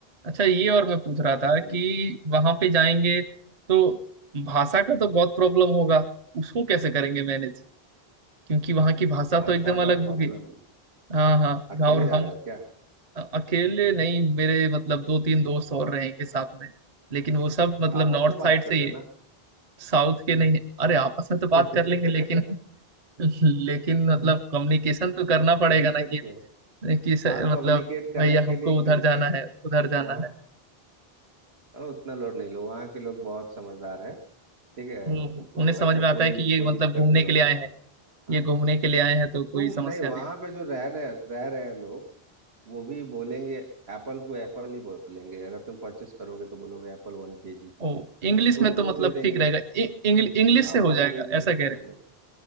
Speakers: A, on the right (about 45°); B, on the right (about 85°).
A: अच्छा ये और मैं पूछ रहा था कि
B: हम्म
A: वहाँ पे जाएंगे तो भाषा का तो बहुत प्रॉब्लम होगा उसको कैसे करेंगे मैनेज क्योंकि वहाँ की भाषा तो
B: आशा
A: एकदम अलग
B: का प्रॉब्लम
A: होगी हाँ हाँ
B: अकेले
A: और
B: जा
A: हम
B: रहे हो क्या
A: अ- अकेले नहीं मेरे मतलब दो तीन दोस्त और रहेंगे साथ में लेकिन वो सब मतलब
B: आपस
A: नॉर्थ
B: में बात
A: साइड से
B: कर लेना
A: ही है साउथ के नहीं है अरे आपस में तो बात
B: <laughs>
A: कर लेंगे लेकिन <laughs> लेकिन मतलब कम्युनिकेशन तो करना पड़ेगा
B: दिक्कत
A: ना कि
B: क्या है
A: कि स,
B: हाँ कम्युनिकेट
A: मतलब
B: करने
A: भैया
B: के
A: हमको
B: लिए
A: उधर
B: क्योंकि
A: जाना है उधर जाना
B: वहाँ
A: है
B: अ, उतना लोड नहीं लो वहाँ के लोग बहुत समझदार है ठीक है
A: उन- उन्हें समझ
B: ऐसा
A: में आता
B: कोई
A: है कि ये
B: कोई दिक्कत
A: मतलब घूमने
B: नहीं होगा
A: के लिए आए
B: हाँ
A: हैं
B: हाँ
A: ये घूमने के लिए आए हैं तो कोई
B: तुम
A: समस्या
B: नहीं वहाँ
A: नहीं
B: पे जो रह रहे रह रहे हैं लोग वो भी बोलेंगे एप्पल को एप्पल ही बोलेंगे अगर तुम परचेस करोगे तो बोलोगे एप्पल वन के जी
A: ओ इंग्लिश
B: तो
A: में
B: वो
A: तो मतलब
B: दे देंगे
A: ठीक रहेगा इंग्लिश इंग्लिश
B: हाँ
A: से
B: वो
A: हो
B: अंग्रेजी
A: जाएगा ऐसा कह
B: समझ
A: रहे हैं
B: लेते हैं।